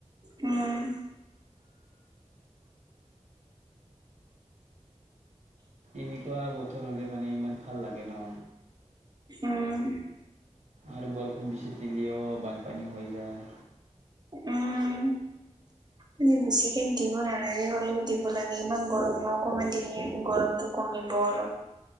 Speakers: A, on the right; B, on the right.
A: উম।
B: এনেকুৱা বতৰ হ'লে মানে ইমান ভাল লাগে ন।
A: অহ।
B: আৰু বৰষুণ বেছি দিলেও বানপানী হৈ যায়।
A: উম। এনে বেছিকে দিব নালাগে অলপ দিব লাগে, ইমান গৰম হ অকমান দিলেহে গৰমটো কমিব অলপ।